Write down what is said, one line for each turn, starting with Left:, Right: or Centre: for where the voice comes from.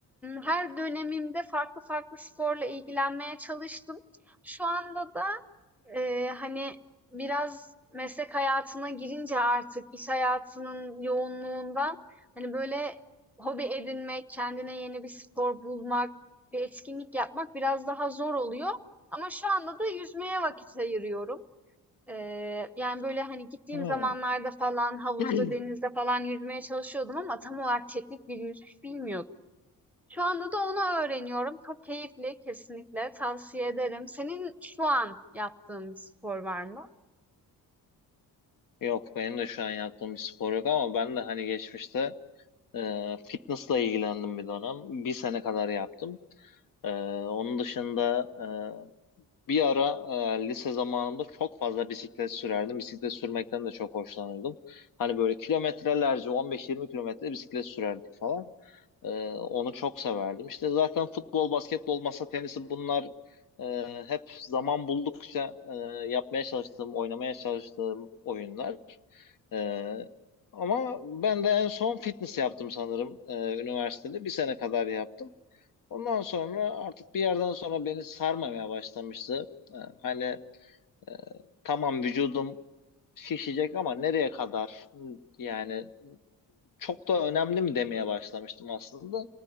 Centre: her dönemimde farklı farklı sporla ilgilenmeye çalıştım. Şu anda da e, hani biraz meslek hayatına girince artık iş hayatının yoğunluğundan hani böyle hobi edinmek, kendine yeni bir spor bulmak, bir etkinlik yapmak biraz daha zor oluyor. Ama şu anda da yüzmeye vakit ayırıyorum. Eee, yani, böyle, hani, gittiğim
Left: Hmm.
Centre: zamanlarda falan havuzda,
Left: <clears throat>
Centre: denizde falan yüzmeye çalışıyordum ama tam olarak teknik bir yüzüş bilmiyordum. Şu anda da onu öğreniyorum. Çok keyifli, kesinlikle tavsiye ederim. Senin şu an yaptığın bir spor var mı?
Left: Yok benim de şu an yaptığım bir spor yok ama ben de hani geçmişte e, fitnessla ilgilendim bir dönem. Bir sene kadar yaptım. E, onun dışında e, bir ara e, lise zamanımda çok fazla bisiklet sürerdim. Bisiklet sürmekten de çok hoşlanırdım. Hani böyle kilometrelerce 15-20 kilometre bisiklet sürerdik falan. Ee, onu çok severdim. İşte zaten futbol, basketbol, masa tenisi bunlar e, hep zaman buldukça e, yapmaya çalıştığım, oynamaya çalıştığım oyunlar. Ee, ama ben de en son fitness yaptım sanırım e, üniversitede. Bir sene kadar yaptım. Ondan sonra artık bir yerden sonra beni sarmamaya başlamıştı. Ee, hani e, tamam vücudum şişecek ama nereye kadar? Yani çok da önemli mi demeye başlamıştım aslında.